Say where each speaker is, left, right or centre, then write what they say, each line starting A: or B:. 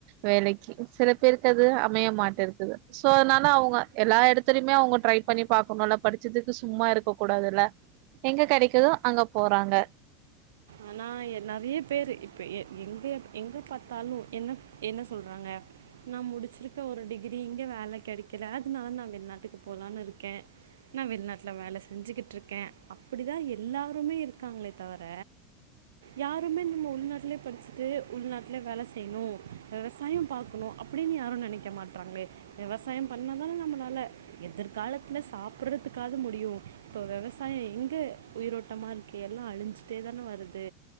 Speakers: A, on the right; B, on the right.
A: வேலைக்கி சில பேருக்கு அது அமைய மாட்டேர்க்குது சோ அதனால அவுங்க எல்லா எடத்துலயுமே அவுங்க ட்ரை பண்ணி பாக்கணுல்ல படிச்சதுக்கு சும்மா இருக்க கூடாதுல எங்க கெடைக்குதோ அங்க போறாங்க
B: அ நா எ நறைய பேரு இப்ப எ எங்க எங்க பாத்தாலு என்னப் என்ன சொல்றாங்க நா முடிச்சிருக்க ஒரு டிகிரி இங்க வேல கெடைக்கல அதுனா நா வெளிநாட்டுக்கு போலானு இருக்கே நா வெளிநாட்டுல வேல செஞ்சுக்கிட்டுருக்கே அப்படி தா எல்லாருமே இருக்காங்களே தவர யாருமே நம்ம உள்நாட்டுலயே படிச்சுட்டு உள்நாட்டுலே வேல செய்ணு விவசாயோ பாக் கனு அப்படின்னு யாரு நெனைக்க மாட்றாங்களோ விவசாயோ பண்ணுனா தானே நம்மனால எதிர்காலத்துல சாப்படுறதுக்காது முடியு இப்ப விவசாயோ எங்க உயிரோட்டமா இருக்கு எல்லா அழிஞ்சிட்டே தான வரு து